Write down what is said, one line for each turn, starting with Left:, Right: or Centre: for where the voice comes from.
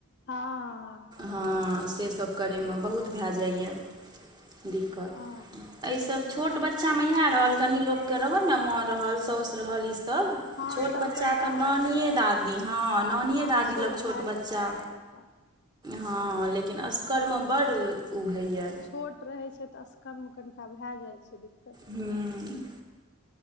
Left: हँ
Right: हँ से सब करयमे बहुत भए जाइए दिक्कत
Left: ओ
Right: एहि सब छोट बच्चामे इएह रहल कनी लोकके रहल ने माँ रहल साउस रहल ई सब
Left: हँ
Right: छोट
Left: तब
Right: बचा
Left: कनिटा
Right: नानीये दादी हँ नाने
Left: हँ
Right: दादी
Left: ओ सोझ
Right: लग छोट
Left: भए
Right: बच्चा
Left: जाइ छै तब कनिटा
Right: हँ लेकिन असगरमे बड़ उ होइए
Left: छोट रहै छै तऽ असगर कनिटा भए जाइ छै दिक्कत
Right: हूँ